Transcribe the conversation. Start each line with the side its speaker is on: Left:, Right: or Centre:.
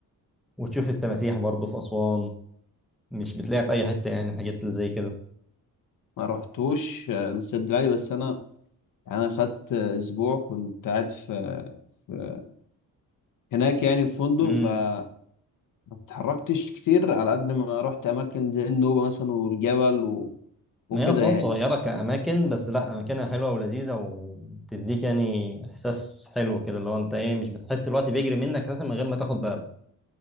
Centre: وتشوف التماسيح برضو في أسوان مش بتلاقيها في أي حتة يعني الحاجات اللي زي كده
Left: ما رحتوش آه، السد العالي بس انا يعني انا خدت آه، اسبوع كنت قاعد في في- هناك يعني في فندق
Centre: امم
Left: فما اتحركتش كتير على قد ما رحت اماكن زي النوبه مثلا والجبل و... وكده
Centre: ما هي أسوان
Left: يعني
Centre: صغيرة كأماكن بس لا أماكنها حلوة ولذيذة وتديك يعني إحساس حلو كده اللي هو أنت إيه مش بتحس الوقت بيجري منك أساسا من غير ما تاخد بالك